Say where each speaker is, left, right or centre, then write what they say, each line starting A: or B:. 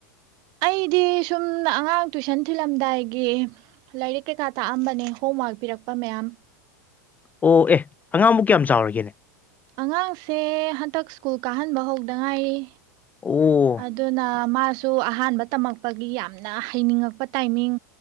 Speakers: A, on the right; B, on the left.
A: ꯑꯩꯗꯤ ꯁꯨꯝ ꯑꯉꯥꯡ ꯇꯨꯏꯁꯟ ꯊꯤꯜꯂꯝꯗꯥꯏꯒꯤ ꯂꯥꯏꯔꯤꯛ ꯀꯩꯀꯥ ꯇꯥꯛꯑꯝꯕꯅꯦ ꯍꯣꯝꯋꯔꯛ ꯄꯤꯔꯛꯄ ꯃꯌꯥꯝ
B: ꯑꯣ ꯑꯦ ꯑꯉꯥꯡꯃꯨꯛ ꯀꯌꯥꯝ ꯆꯥꯎꯔꯒꯦꯅꯦ
A: ꯑꯉꯥꯡꯁꯦ ꯍꯟꯇꯛ ꯁ꯭ꯀꯨꯜ ꯀꯥꯍꯟꯕ ꯍꯧꯗ ꯉꯥꯏꯔꯤ
B: ꯑꯣ
A: ꯑꯗꯨꯗꯅ ꯃꯥꯁꯨ ꯑꯍꯥꯟꯕ ꯇꯝꯃꯛꯄꯒꯤ ꯌꯥꯝꯅ ꯍꯩꯅꯤꯡꯉꯛꯄ ꯇꯥꯏꯃꯤꯡ